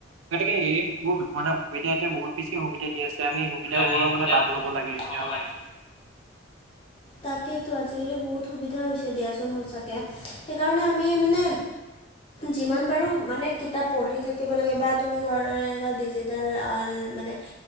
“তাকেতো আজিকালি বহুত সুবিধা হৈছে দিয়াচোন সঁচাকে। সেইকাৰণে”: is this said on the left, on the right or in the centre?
Left